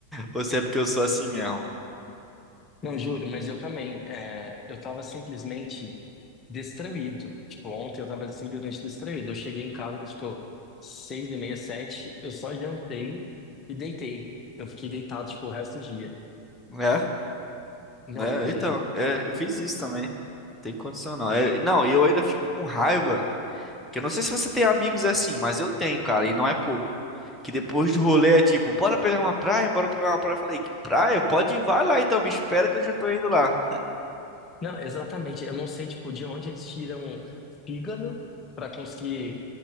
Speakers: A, in the centre; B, on the left.
A: Ou se é porque eu sou assim mesmo.
B: Não, juro, mas eu também. é, eu tava simplesmente destruído. Tipo, ontem eu tava simplesmente destruído. Eu cheguei em casa, tipo, seis e meia, sete. Eu só jantei e deitei. Eu fiquei deitado, tipo, o resto do dia.
A: Né?
B: Não,
A: Né?
B: porque.
A: Então, é, eu fiz isso também. Tem condição não. É, não, e eu ainda fico com raiva. Que eu não sei se você tem amigos assim, mas eu tenho, cara, e não é pouco. Que depois do rolê é tipo, bora pegar uma praia, bora pegar uma praia. Eu falei, que praia? Pode ir, vai lá então, me espera que eu já tô indo lá.
B: Não, exatamente. Eu não sei, tipo, de onde eles tiram fígado pra conseguir